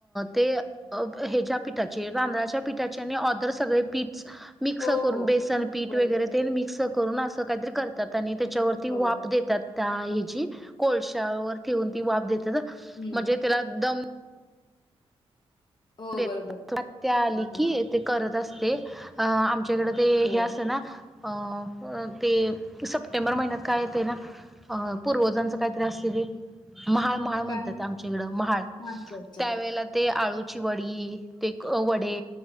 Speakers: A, in the centre; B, on the left.
A: ते अ हेज्या पीठाचे, तांदळाच्या पीठाचे आणि ऑदर सगळे पीठ स मिक्स
B: हो,
A: करून
B: हो.
A: बेसन पीठ
B: बरोबर.
A: वगैरे ते मिक्स करून असं काहीतरी करत तात आणि त्याच्यावरती
B: हो.
A: वाफ देतात, त्या हे जी कोळशावर ठेवून ती वाफ देतात
B: हं.
A: म्हणजे त्यालादम
B: हो,
A: देतात.
B: बरोबर.
A: आत्या आली
B: हां, हां.
A: की ते करत असते अ आमच्याकडे ते
B: हो.
A: हे असत ना अ ते सप्टेंबर महिन्यात काय येतय ना? अ पूर्वजांचं कायतरी असतय ते महाळ म्हाळ म्हणतात
B: काय?
A: आमच्या इकड म्हाळ,
B: अच्छा, अच्छा.
A: त्यावेळेला ते आळू चि वडी, ते वडे